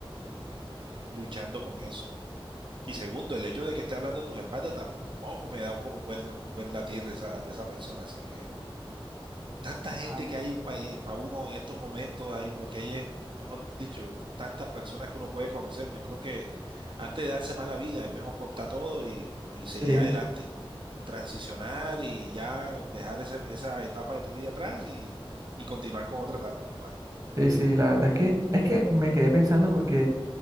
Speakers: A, on the right (about 60°); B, on the right (about 40°).
A: eh, eh, luchando con eso. Y segundo, el hecho de que esté hablando a tus espaldas tampoco me da un- como un buen, un buen latir de esa, de esa persona, así que tanta gente
B: Ah,
A: que hay para uno en estos momentos, hay, lo que hay es, mejor dicho, tantas personas que uno puede conocer. Yo creo que antes de darse mala vida, es mejor contar todo y, y seguir
B: sí,
A: adelante, transicionar y ya dejar esa, esa etapa de tu vida atrás y, y continuar con otra etapa, mi hermano.
B: sí, sí, la verdad es que, es que me quedé pensando porque,